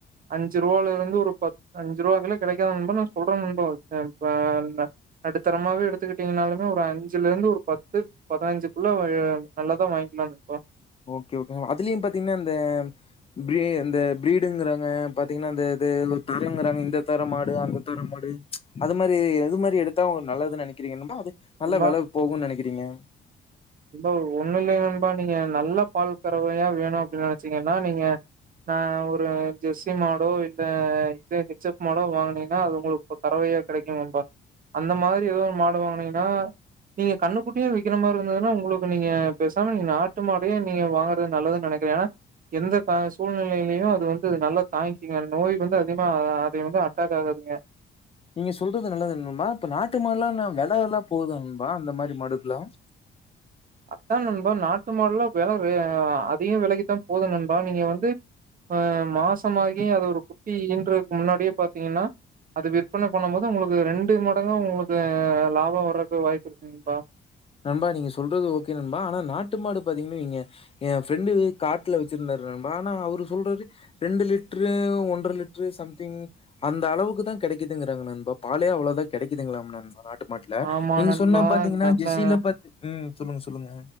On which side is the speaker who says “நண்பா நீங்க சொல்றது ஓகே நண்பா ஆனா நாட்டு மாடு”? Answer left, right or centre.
Left